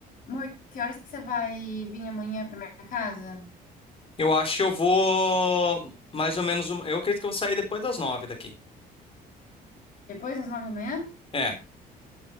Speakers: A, on the left (about 55°); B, on the left (about 35°).
A: Amor, que horas que você vai vir amanhã pra minha casa?
B: Eu acho que eu vou mais ou menos. um- Eu acredito que eu vou sair depois das nove daqui.
A: Depois das nove da manhã?
B: É,